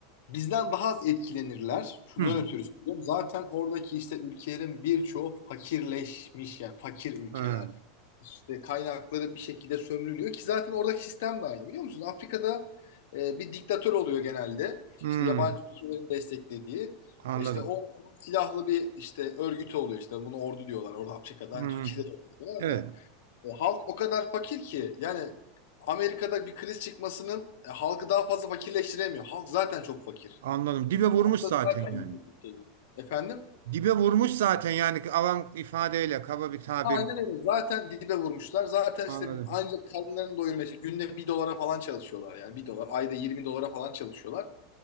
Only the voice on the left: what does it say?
bizden daha az etkilenirler. Şundan
ötürü söylüyorum. Zaten oradaki işte ülkelerin birçoğu fakirleşmiş yani fakir ülkeler.
İşte kaynakları bir şekilde sömürülüyor ki zaten oradaki sistem de aynı biliyor musunuz? Afrika'da e, bir diktatör oluyor genelde.
İşte yabancı ülkelerin desteklediği.
E, İşte o silahlı bir işte örgütü oluyor işte bunu ordu diyorlar. Orada Afrika'dan
Türkiye'de de ordu diyorlar
da. E, halk o kadar fakir ki yani Amerika'da bir kriz çıkmasının e, halkı daha fazla fakirleştiremiyor. Halk zaten çok fakir.
Aslında
zaten
yüzlük bir şey yok. Efendim?
Aynen öyle. Zaten dibe vurmuşlar. Zaten
işte ancak karınlarını doyurmaya işte günde bir dolara falan çalışıyorlar. Yani bir dolar, ayda 20 dolara falan çalışıyorlar.